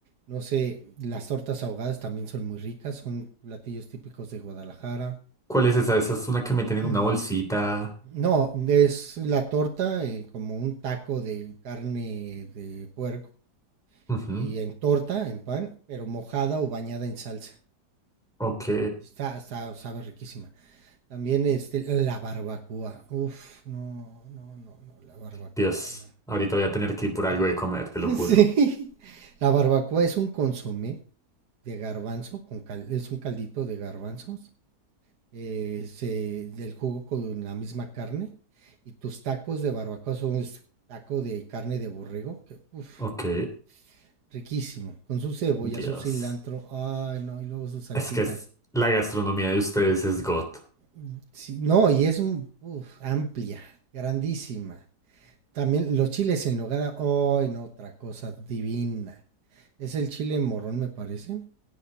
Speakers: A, on the right; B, in the centre.
A: no sé, las tortas ahogadas también son muy ricas, son platillos típicos de Guadalajara.
B: ¿Cuál es esa? Esa es una que meten
A: <clears throat>
B: en una bolsita.
A: No, es la torta eh, como un taco de carne de puerco
B: Ujú,
A: y en torta, en pan, pero mojada o bañada en salsa.
B: Ok.
A: Y está, está, sabe riquísima. También este, la barbacoa. Uf, no, no, no, no, la barbacoa,
B: Dios,
A: mano.
B: ahorita voy a tener que ir por algo de comer, te lo
A: <laughs>
B: juro.
A: Sí. La barbacoa es un consomé de garbanzo, con cal- es un caldito de garbanzos, eh, se, del jugo con la misma carne. Y tus tacos de barbacoa son es taco de carne de borrego, que uf,
B: Ok,
A: no, riquísimo. Con su cebolla,
B: Dios.
A: su cilantro, ay, no, y luego su salsita.
B: Es que es- la gastronomía de ustedes es God.
A: Mm, sí, no, y es un- uf, amplia, grandísima. También los chiles en nogada, ay, no, otra cosa divina. Es el chile morrón, me parece,